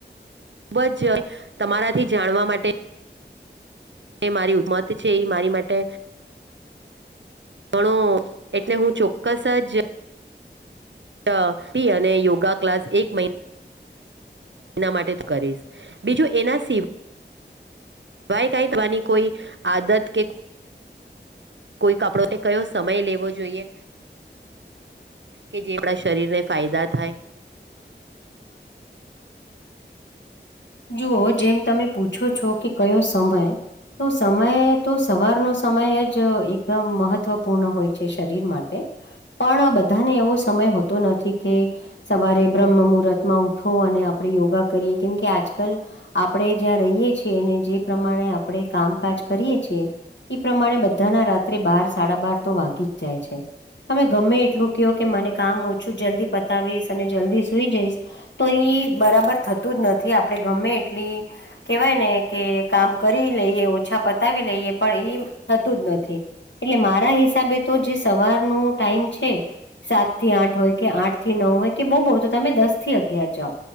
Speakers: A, on the right; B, on the left.
A: ખુબ જ તમારાથી જાણવા માટે એ મારી ઉમત છે એ મારી માટે ઘણો એટલે હું ચોક્કસ જ. અ પી અને યોગા ક્લાસ એક મહિના એના માટે કરીશ બીજું એના સિવ. વાય કઈ તમારી કોઈ આદત કે. કોઈક આપડો તે કયો સમય લેવો જોઈએ. કે જે આપણા શરીરને ફાયદા થાય.
B: જુઓ જેમ તમે પૂછો છો કે કયો સમય તો સમય તો સવારનો સમય જ એકદમ મહત્વપૂર્ણ હોય છે શરીર માટે પણ બધાને એવો સમય હોતો નથી કે સવારે બ્રહ્મ મુહૂર્ત માં ઉઠો અને આપડે યોગા કરીએ કેમ કે આજ કલ આપણેે જ્યાં રહીએ છીએ ને જે પ્રમાણે આપણે કામકાજ કરીયએ છીએ. એ પ્રમાણે બધાના રાત્રે બાર સાડા બાર તો વાગી જ જાય છે. અમે ગમે એટલું કયો કે મને કામ ઓછું જલ્દી પતાવીશ અને જલ્દી સુઈ જઈશ તો ઈ બરાબર થતું જ નથી આપડે ગમે એટલી કેવાય ને કે કામ કરી લઈએ ઓછા પતાવી લઈએ પણ ઈ થતું જ નથી. એટલે મારા હિસાબે તો જે સવાર નુ ટાઈમ છે. સાત થી આઠ હોય કે આઠ થી નવ હોય કે બહુ બહુ તો તમે દસ થી અગિયાર જાઓ